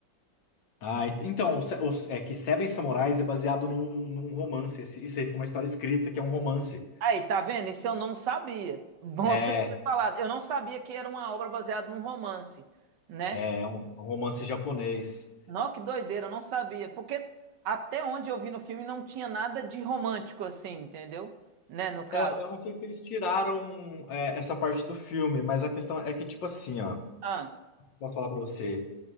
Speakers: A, on the left; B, on the right.
A: Ah, ent- então, o Se- o- é que Seven Samurais é baseado num, num romance. Esse- isso aí foi uma história escrita, que é um romance.
B: Aí, tá vendo? Isso eu não sabia. Bom
A: É,
B: você ter falado. Eu não sabia que era uma obra baseada num romance, né?
A: é um um romance japonês.
B: Não, que doideira, eu não sabia. Porque até onde eu vi no filme não tinha nada de romântico assim, entendeu? Né, no caso.
A: É, eu não sei se eles tiraram é, essa parte do filme, mas a questão é que, tipo assim, ó,
B: Ah,
A: posso falar pra você,